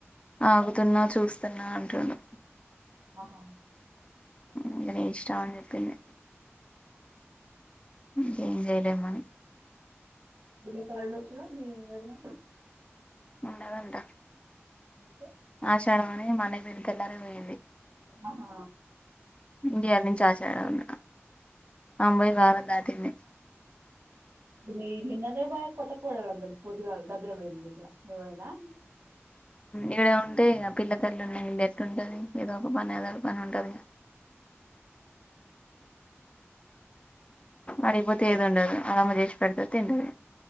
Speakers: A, on the left; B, on the right.
A: ఆగుతున్నా చూస్తన్నా అంటుండు
B: అహ
A: ఉ ఇగ నీ ఇష్టం అన్ చెప్పింది
B: అవు <unintelligible>
A: ఇంకేం చేయలేమని
B: దిమిక లేల్లోచ్చు గ మీ వదిన
A: ఉండదంట
B: అయితే.
A: ఆషాడం అనే మా అన్నయ్య పెళ్లి తెల్లారి పోయింది.
B: ఆహ.
A: ఇండియా నుంచి ఆషాడం ఆమె పోయి వారం దాటింది.
B: మీ నిన్ననే బాయ్ కొత్త కోడాలంత పొదుగా దబ్బిడమయింది న మీక మేముదనా.
A: ఈడ ఉంటె ఇక పిల్లతల్లి లెట్ ఉంటది ఏదో ఒక పని ఏదో ఒక పని ఉంటదిక. అడిగిపోతే ఏది ఉండదు ఆళ్ళ అమ్మ చేసి పెడితే తింటది.